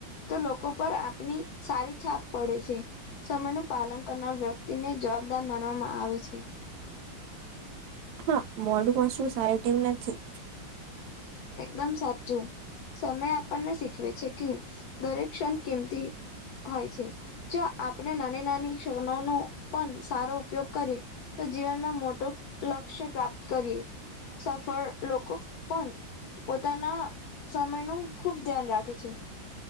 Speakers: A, on the left; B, on the right.
A: તો લોકો પર આપની સારી છાપ પડે છે. સમય ન પાલન કરનાર વ્યક્તિને જવાબદાર માનવામાં આવે છે.
B: હા મોડું <unintelligible> સારી <unintelligible> નથી.
A: એકદમ સાચું સમય આપણને શીખવે છે, કે દરેક ક્ષણ કિમતી. હોય છે, જો આપણે નાની નાની ક્ષણોનોો પણ સારો ઉપયોગ કરીએ. તો જીવનમાં મોટું લક્ષ્ય પ્રાપ્ત કરીએ સફળ લોકો પણ. પોતાના સમય નું ખુબ ધ્યાન રાખે છે.